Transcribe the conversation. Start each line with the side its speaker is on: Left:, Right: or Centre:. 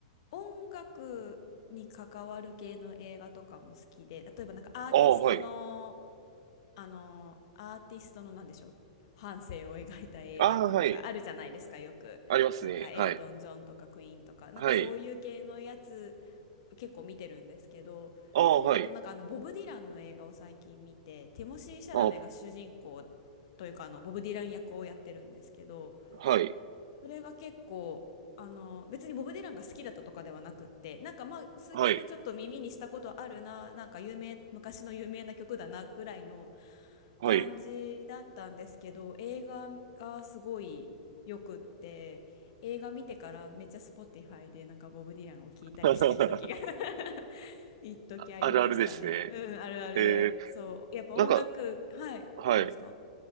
Left: う、音楽に関わる系の映画とかも好きで、例えばなんかアーティストの、
Right: ああ、はい。
Left: あの、アーティストのなんでしょう、半生を描いた映画とかあるじゃないですか、
Right: ああ、はい。
Left: よく。
Right: ありますね。
Left: なんかエルトン・
Right: はい。
Left: ジョンとかクイーンとか、なんかそういう系のやつ
Right: はい。
Left: 結構見てるんですけどそれだとなんかあのボブ・
Right: ああ、はい。
Left: ディランの映画を最近見てティモシー・シャラメが主人公
Right: あ、
Left: というかあのボブ・ディラン役をやってるんですけど
Right: はい。
Left: それが結構あの別にボブ・ディランが好きだったとかではなくってなんかまあ数曲ちょっと耳にしたことあるななんか有名昔の有名な曲だなぐらいの
Right: はい。はい。
Left: 感じだったんですけど映画がすごいよくって映画見てからめっちゃ Spotify でなんかボブ・ディランを聴いたりしてる時が
Right: <laughs>
Left: <laughs> 一時ありましたね。
Right: あるあるですね。
Left: うん、あるあるで。
Right: えー、
Left: そう。やっぱ音楽、
Right: なんか、
Left: はい。
Right: はい。
Left: 何ですか